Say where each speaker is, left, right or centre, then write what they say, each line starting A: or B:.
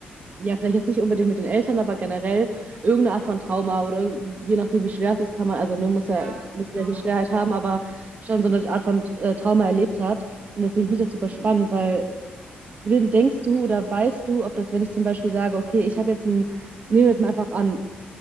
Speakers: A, on the right; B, on the right.
A: ja, vielleicht jetzt nicht unbedingt mit den Eltern, aber generell irgendeine Art von Trauma oder je nachdem, wie schwer es ist, kann man, also ne, muss ja
B: Ja,
A: nicht
B: genau.
A: gleiche Schwerheit haben, aber schon so eine Art von äh, Trauma erlebt hat. Und deswegen finde ich das super
B: Mhm.
A: spannend, weil denkst du oder weißt du, ob das, wenn ich zum Beispiel sage, okay, ich habe jetzt ein, nehmen wir jetzt mal einfach an,